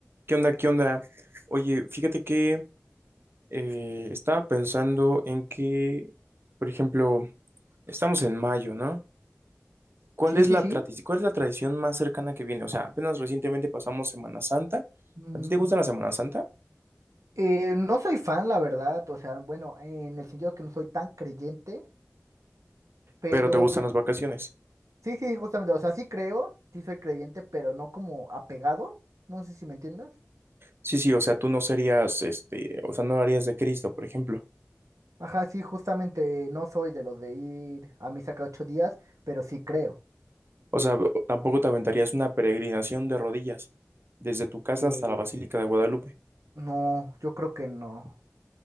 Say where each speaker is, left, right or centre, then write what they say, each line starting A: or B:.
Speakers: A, on the right (about 45°); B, on the right (about 80°).
A: ¿Qué onda? ¿Qué onda? Oye, fíjate que eh, estaba pensando en que, por ejemplo, estamos en mayo, ¿no? ¿Cuál
B: Sí,
A: es
B: sí,
A: la
B: sí.
A: tradición, cuál es la tradición más cercana que viene? O sea, apenas recientemente pasamos Semana Santa.
B: Mm,
A: ¿A ti te gusta la Semana Santa?
B: eh, no soy fan, la verdad. O sea, bueno, en el sentido que no soy tan creyente, pero
A: Pero te gustan las vacaciones.
B: sí, sí, justamente. O sea, sí creo, sí soy creyente, pero no como apegado. No sé si me entiendas.
A: Sí, sí, o sea, tú no serías, este, o sea, no harías de Cristo, por ejemplo.
B: Ajá, sí, justamente no soy de los de ir a misa cada ocho días, pero sí creo.
A: O sea, tampoco te aventarías una peregrinación de rodillas desde tu casa
B: Eh,
A: hasta la Basílica de Guadalupe.
B: no, yo creo que no.